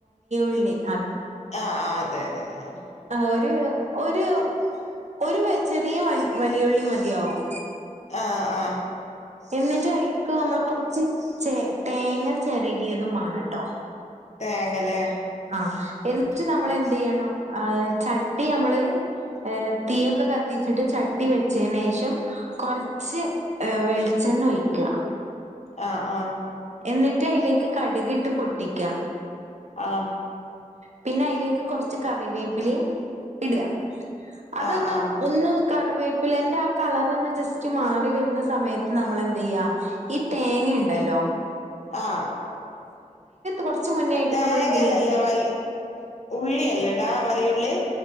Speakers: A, on the right; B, on the left.
A: ല്ലെ
B: ആ അ അതെ <unintelligible>
A: ഒര് ഒര് ഒരു വെ ചെറിയ വലിയുള്ളി മതിയാവും
B: ആ ആ
A: എന്നിട്ട് അയീക്ക് നമ്മള് കൊറച്ച് ചേ തേങ്ങ ചെരകിയതും മാണട്ടൊ
B: തേങ്ങലെ
A: അ എന്ന് ച്ച് നമ്മളെന്ത്യ്യണം ആ ചട്ടി മ്മള് ഏ തീയൊക്കെ കത്തിച്ചിട്ട് ചട്ടി വെച്ചെനെഷം കൊറച്ച് ഏ വെളിച്ചെണ്ണ ഒഴിക്ക്ക
B: ആ ആ
A: എന്നിട്ട് അയിലേക്ക് കട്‌കിട്ട് പൊട്ടിക്ക
B: ആഹ്
A: പിന്നെ അയിലേക്ക് കൊറച്ച് കറിവേപ്പിലയിം ഇട്ക അതൊന്ന്
B: ആഹ് ആഹ്
A: ഒന്ന് കറിവേപ്പിലന്റെ ആ കളറൊന്ന് ജസ്റ്റ് മാറി വര്ന്ന സമയത്ത് നമ്മള് എന്തെയ്യ് ഈ തേങ്ങയിണ്ടല്ലോ
B: ആ
A: കൊറച്ച് മുന്നേയായിട്ട്
B: തേങ്ങല്ലെല്ലോ
A: നമ്മളെന്തെയ്യാ
B: വൽ ഉള്ളിയെല്ലടാ വലിയഉള്ളി